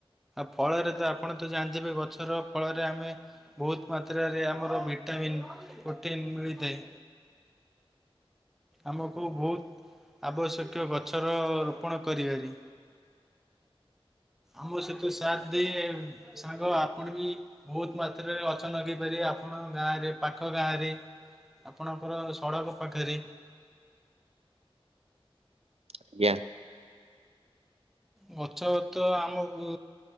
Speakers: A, in the centre; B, on the right.
A: ଫଳରେ ତ ଆପଣ ତ ଜାଣିଥିବେ ଗଛର ଫଳରେ ଆମେ ବହୁତ ମାତ୍ରାରେ ଆମର ଭିଟାମିନ୍ ପ୍ରୋଟିନ୍ ମିଳିଥାଏ। ଆମକୁ ବହୁତ ଆବଶ୍ୟକ ଗଛର ରୋପଣ କରିବା ଅଛି।
B: <inaudible>
A: ଆମ ସହିତ ସାଥ ଦେ ସାଙ୍ଗ ଆପଣ ବି। ବହୁତ ମାତ୍ରାରେ ଗଛ ଲଗେଇ ପାରିବେ ଆପଣ ଗାଁରେ ପାଖ ଗାଁ ରେ। ଆପଣଙ୍କର ସଡ଼କ ପାଖରେ।
B: ଆଜ୍ଞା <inaudible>
A: ଗଛ ତ ଆମକୁ